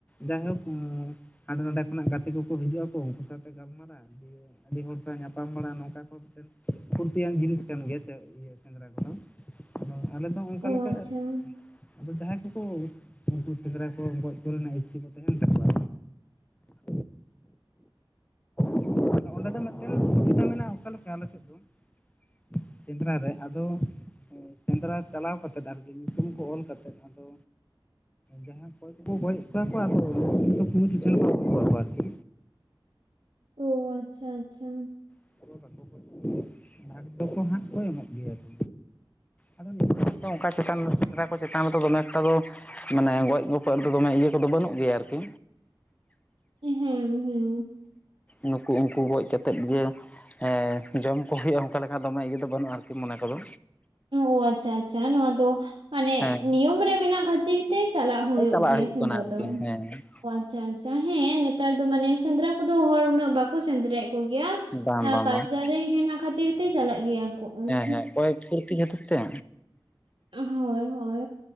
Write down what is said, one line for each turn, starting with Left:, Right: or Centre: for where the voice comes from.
Left: ᱡᱟᱭᱦᱳᱠ ᱦᱟᱸᱰᱮ ᱱᱟᱦᱰᱮ ᱠᱷᱚᱱᱟᱜ ᱜᱟᱛᱮ ᱠᱚᱠᱚ ᱦᱤᱡᱩᱜ ᱟᱠᱚ ᱩᱱᱠᱩ ᱥᱟᱶᱛᱮ ᱜᱟᱞᱢᱟᱨᱟ ᱫᱮ ᱟᱹᱰᱤ ᱦᱚᱲ ᱥᱟᱶ ᱧᱟᱯᱟᱢ ᱵᱟᱲᱟ ᱱᱚᱝᱠᱟ ᱦᱚᱲ ᱴᱷᱮᱱ ᱯᱷᱩᱨᱛᱤᱭᱟᱱ ᱡᱤᱱᱤᱥ ᱠᱟᱱ ᱜᱮᱭᱟ ᱥᱮ ᱤᱭᱟᱹ ᱥᱮᱸᱫᱽᱨᱟ ᱠᱚᱫᱚ ᱟᱫᱚ ᱟᱞᱮ ᱫᱚ ᱚᱱᱠᱟ
Right: ᱚ
Left: ᱞᱮᱠᱟ
Right: ᱟᱪᱪᱷᱟ
Left: ᱟᱫᱚ ᱡᱟᱦᱟᱸᱭ ᱠᱚᱠᱚ ᱩᱱᱠᱩ ᱥᱮᱸᱫᱽᱨᱟ ᱠᱚ ᱜᱚᱡ ᱠᱚᱨᱮᱱᱟᱜ ᱤᱪᱪᱷᱟᱹ ᱠᱚ ᱛᱟᱦᱮᱱ ᱛᱟᱠᱚᱣᱟ <unintelligible> ᱠᱤ ᱚᱸᱰᱮ ᱫᱚ ᱢᱤᱫᱴᱮᱱ ᱥᱩᱵᱤᱫᱟ ᱢᱮᱱᱟᱜᱼᱟ ᱚᱠᱟ ᱞᱮᱠᱟ ᱟᱞᱮ <unintelligible> ᱥᱮᱸᱫᱽᱨᱟ ᱨᱮ ᱟᱫᱚ ᱥᱮᱸᱫᱽᱨᱟ ᱪᱟᱞᱟᱣ ᱠᱟᱛᱮᱫ ᱟᱨᱠᱤ ᱧᱩᱛᱩᱢ ᱠᱚ ᱚᱞ ᱠᱟᱛᱮᱫ ᱟᱫᱚ ᱡᱟᱦᱟᱱ ᱠᱚᱭ ᱠᱚᱠᱚ ᱜᱚᱡ ᱮᱫ ᱠᱚᱣᱟ <unintelligible> ᱜᱚᱡ ᱠᱚᱣᱟ ᱟᱨᱠᱤ
Right: ᱚ ᱟᱪᱪᱷᱟ ᱟᱪᱪᱷᱟ
Left: <unintelligible> ᱵᱷᱟᱜ ᱫᱚᱠᱚ ᱱᱟᱦᱟᱜ ᱠᱚ ᱮᱢᱚᱜ ᱜᱮᱭᱟ ᱠᱚ ᱟᱫᱚ ᱱᱤᱛᱚᱜ ᱫᱚ ᱚᱱᱠᱟ ᱪᱮᱛᱟᱱ ᱥᱮᱸᱫᱽᱨᱟ ᱠᱚ ᱪᱮᱛᱟᱱ ᱨᱮᱫᱚ ᱫᱚᱢᱮ ᱮᱠᱴᱟ ᱫᱚ ᱢᱟᱱᱮ ᱜᱚᱡ ᱜᱚᱯᱚᱡ ᱨᱮᱫᱚ ᱫᱚᱢᱮ ᱤᱭᱟᱹ ᱠᱚᱫᱚ ᱵᱟᱹᱱᱩᱜ ᱜᱮᱭᱟ ᱟᱨᱠᱤ
Right: ᱦᱮᱸ ᱦᱮᱸ
Left: ᱱᱩᱠᱩ ᱩᱱᱠᱩ ᱜᱚᱡ ᱠᱟᱛᱮᱫ ᱡᱮ ᱦᱮᱸ ᱡᱚᱢ ᱠᱚ ᱦᱩᱭᱩᱜᱼᱟ ᱚᱱᱠᱟ ᱞᱮᱠᱟ ᱫᱚᱢᱮ ᱤᱭᱟᱹ ᱫᱚ ᱵᱟᱹᱱᱩᱜᱼᱟ ᱟᱨᱠᱤ ᱢᱚᱱᱮ ᱠᱚᱫᱚ
Right: ᱚ ᱟᱪᱪᱷᱟ ᱟᱪᱪᱷᱟ ᱱᱚᱣᱟ ᱫᱚ ᱢᱟᱱᱮ
Left: ᱦᱮᱸ
Right: ᱱᱤᱭᱚᱢ ᱨᱮ ᱢᱮᱱᱟᱜ ᱠᱷᱟᱹᱛᱤᱨ ᱛᱮ ᱪᱟᱞᱟᱜ ᱦᱩᱭᱩᱜ
Left: ᱪᱟᱞᱟᱜ
Right: ᱜᱮᱭᱟ ᱥᱮᱸᱫᱽᱨᱟ
Left: ᱠᱟᱱᱟ ᱟᱨᱠᱤ
Right: ᱫᱚ
Left: ᱦᱮᱸ
Right: ᱚ ᱟᱪᱪᱷᱟ ᱟᱪᱪᱷᱟ ᱦᱮᱸᱻ ᱱᱮᱛᱟᱨ ᱫᱚ ᱢᱟᱱᱮ ᱥᱮᱸᱫᱽᱨᱟ ᱠᱚᱫᱚ ᱦᱚᱲ ᱩᱱᱟᱹᱜ ᱵᱟᱠᱚ ᱥᱮᱸᱫᱽᱨᱟᱭᱮᱫ ᱠᱚᱜᱮᱭᱟ
Left: ᱵᱟᱝ ᱵᱟᱝ
Right: ᱠᱟᱞᱪᱟᱨ
Left: ᱵᱟᱝ
Right: ᱨᱮ ᱦᱮᱱᱟᱜ ᱠᱷᱟᱹᱛᱤᱨ ᱛᱮ ᱪᱟᱞᱟᱜ ᱜᱮᱭᱟ ᱠᱚ ᱦᱩᱸ
Left: ᱦᱮᱸ ᱦᱮᱸ ᱚᱠᱚᱭ ᱯᱷᱩᱨᱛᱤ ᱠᱷᱟᱹᱛᱤᱨ ᱛᱮ
Right: ᱦᱳᱭ ᱦᱳᱭ